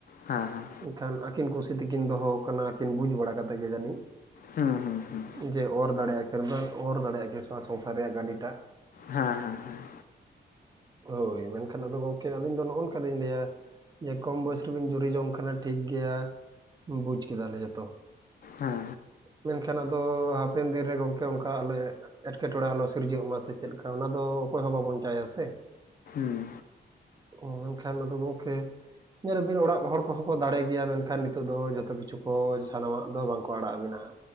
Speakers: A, on the left; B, on the right.
A: ᱦᱮᱸ ᱦᱮᱸ
B: ᱮᱱᱠᱷᱟᱱ ᱟᱹᱠᱤᱱ ᱠᱩᱥᱤ ᱛᱮᱠᱤᱱ ᱫᱚᱦᱚ ᱟᱠᱟᱱᱟ ᱟᱹᱠᱤᱱ ᱵᱩᱡᱽ ᱵᱟᱲᱟ ᱠᱟᱛᱮᱫ ᱜᱮ ᱡᱟᱹᱱᱤᱡ
A: ᱦᱩᱸ ᱦᱩᱸ ᱦᱩᱸ
B: ᱡᱮ ᱚᱨ ᱫᱟᱲᱮᱜ ᱟᱠᱤᱱ ᱚᱨ ᱫᱟᱲᱮᱜ ᱟᱠᱤᱱ ᱥᱮᱵᱟᱝ ᱥᱚᱝ ᱥᱟᱨ ᱨᱮᱭᱟᱜ ᱜᱟᱹᱰᱤ ᱴᱟᱜ
A: ᱦᱮᱸ ᱦᱮᱸ ᱦᱮᱸ
B: ᱦᱳᱭ ᱢᱮᱱᱠᱷᱟᱱ ᱟᱫᱚ ᱜᱚᱢᱠᱮ ᱟᱹᱞᱤᱧ ᱫᱚ ᱱᱚᱜᱼᱚ ᱱᱚᱝᱠᱟ ᱞᱤᱧ ᱞᱟᱹᱭᱟ᱾ ᱡᱮ ᱠᱚᱢ ᱵᱚᱭᱚᱥ ᱨᱮᱵᱤᱱ ᱡᱩᱨᱤ ᱡᱚᱝ ᱠᱟᱱᱟ ᱴᱷᱤᱠ ᱜᱮᱭᱟ ᱵᱩᱡᱽ ᱠᱮᱫᱟᱞᱮ ᱡᱚᱛᱚ
A: ᱦᱮᱸ
B: ᱢᱮᱱᱠᱷᱟᱱ ᱟᱫᱚ ᱦᱟᱯᱮᱱ ᱫᱤᱱ ᱨᱮ ᱜᱚᱝᱠᱮ ᱚᱱᱠᱟ ᱟᱞᱚ ᱮᱸᱴᱠᱮᱴᱚᱬᱮ ᱟᱞᱚ ᱥᱤᱨᱡᱟᱹᱜ ᱢᱟ ᱥᱮ ᱪᱮᱫ ᱞᱮᱠᱟ ᱚᱱᱟ ᱫᱚ ᱚᱠᱚᱭ ᱦᱚᱸ ᱵᱟᱵᱚᱱ ᱪᱟᱭᱟ ᱥᱮ
A: ᱦᱮᱸ
B: ᱚ ᱢᱮᱱᱠᱷᱟᱱ ᱟᱫᱚ ᱜᱚᱢᱠᱮ ᱧᱮᱞ ᱵᱤᱱ ᱚᱲᱟᱜ ᱦᱚᱲ ᱠᱚᱦᱚᱸ ᱠᱚ ᱫᱟᱲᱮ ᱜᱮᱭᱟ ᱢᱮᱱᱠᱷᱟᱱ ᱱᱤᱛᱚᱜ ᱫᱚ ᱡᱚᱛᱚ ᱠᱤᱪᱷᱩ ᱠᱚ ᱥᱟᱱᱟᱢᱟᱜ ᱫᱚ ᱵᱟᱝᱠᱚ ᱟᱲᱟᱜ ᱟᱵᱤᱱᱟ ᱦᱟᱸᱜ᱾